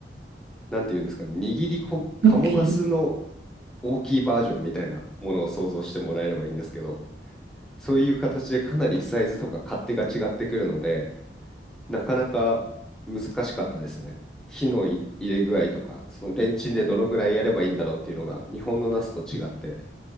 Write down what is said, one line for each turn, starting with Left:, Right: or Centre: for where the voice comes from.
Centre: なんていうんですかね、握りこ、カモナスの
Right: 大きい。
Centre: 大きいバージョンみたいなものを想像してもらえればいいんですけど、そういう形でかなりサイズとか勝手が違ってくるので、なかなか難しかったですね。火のい入れ具合とか、そのレンチンでどのぐらいやればいいんだろうっていうのが、日本のナスと違って、